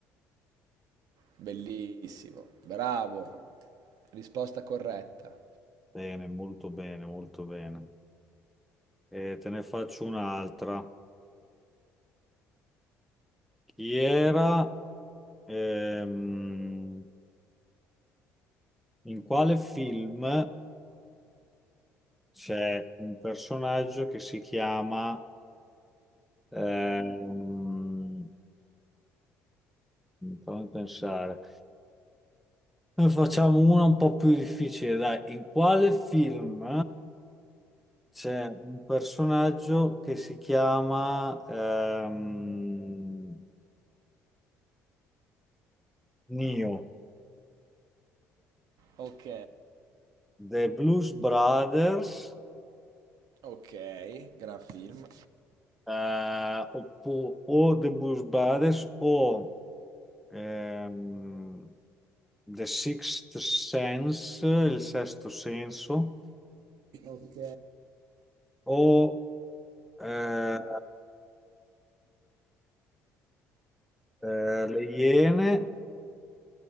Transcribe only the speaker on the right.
Bellissimo, bravo. Risposta corretta.
Ok,
ok, gran film.
Ok.